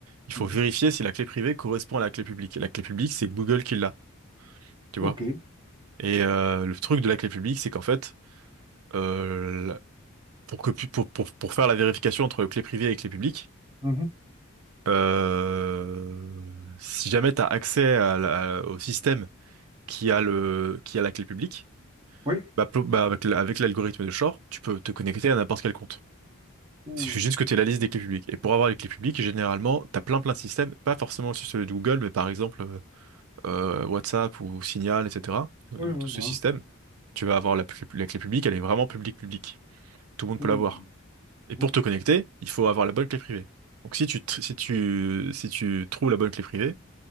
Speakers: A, on the right; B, on the right.
A: il faut
B: Mhm.
A: vérifier si la clé privée correspond à la clé publique. Et la clé publique, c'est Google qui l'a, tu
B: Ok.
A: vois. Et euh, le truc de la clé publique, c'est qu'en fait, euh, la- pour que pu- pour, pour, pour faire la vérification entre clé privée et clé publique,
B: Mhm.
A: euh, si jamais tu as accès à la- au système qui a le, qui a la clé publique,
B: Oui.
A: Bah, plo- bah, avec l- avec l'algorithme de Shore, tu peux te connecter à n'importe quel compte.
B: Ouh.
A: Il suffit juste que tu aies la liste des clés publiques. Et pour avoir les clés publiques, généralement, tu as plein plein de systèmes, pas forcément aussi celui de Google, mais par exemple euh, euh, WhatsApp ou Signal, etc. Euh,
B: Oui, oui,
A: Tout ce
B: voilà.
A: système, tu vas avoir la, clé la clé publique, elle est vraiment publique publique. Tout le monde
B: Ouh.
A: peut l'avoir. Et pour
B: Ok.
A: te connecter, il faut avoir la bonne clé privée. Donc si tu, tr- si tu, si tu trouves la bonne clé privée,